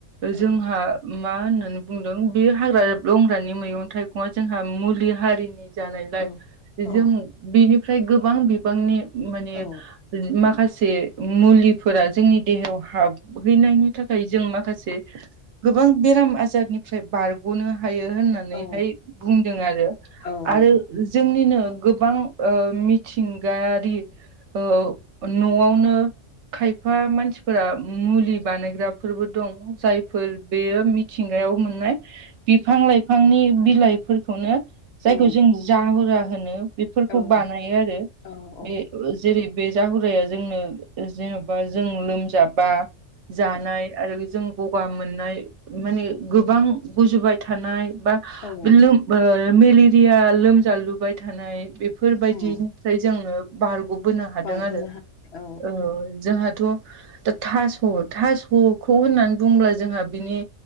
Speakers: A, on the right (about 70°); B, on the left (about 60°).
A: जोंहा
B: औ
A: मा होननानै बुंदों बे हाग्रा लंग्रानि मैगं थाइगङा जोंहा मुलि हारिनि जानायलाय
B: औ
A: जों
B: औ
A: बेनिफ्राय गोबां बिबांनि माने
B: औ
A: माखासे मुलिफोरा जोंनि देहायाव हाब हैनायनि थाखाय जों माखासे गोबां बेराम आजारनिफ्राय बारग'नो हायो होननानैहाय
B: औ
A: बुंदों आरो
B: औ
A: आरो जोंनिनो गोबां ओ मिथिंगायारि ओ न'आवनो खायफा मानसिफोरा मुलि बानायग्राफोरबो दं जाय फोर बेयो मिथिंगायाव मोननाय बिफां लाइफांनि बिलाइफोरखौनो जायखौ
B: औ
A: जों जाहुरा होनो बेफोरखौ
B: नोंथां
A: बानायो आरो
B: औ औ
A: बे जेरै बे जाहुराया जोंनो जेन'बा जों लोमजाबा
B: औ
A: जानाय आरो जों गगा मोननाय माने गोबां गुजुबाय थानाय बा बे
B: औ
A: लोम मेलेरिया लोमजालुबाय थानाय बेफोरबायदि
B: औ
A: फ्राय जोङो बारग'बोनो हादों
B: बारग'नो
A: आरो
B: हानाय औ
A: ओ जोंहाथ' दा थास' थास'खौ होननानै बुंब्ला जोंहा बिनि